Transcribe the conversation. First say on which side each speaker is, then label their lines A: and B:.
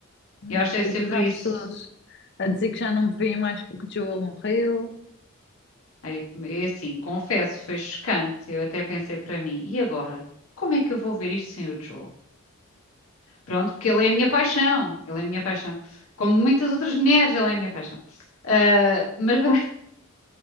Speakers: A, on the left (about 55°); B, on the left (about 75°).
A: não
B: Eu acho
A: é isso?
B: que deve
A: E
B: ser
A: depois
B: por
A: há
B: isso.
A: pessoas a dizer que já não vê mais porque o Joel morreu.
B: É, é assim, confesso, foi chocante. Eu até pensei para mim, e agora? Como é que eu vou ver isto sem o Joel? Pronto, porque ele é a minha paixão. Ele é a minha paixão. Como de muitas outras mulheres, ele é a minha paixão. Ah, mas, <laughs>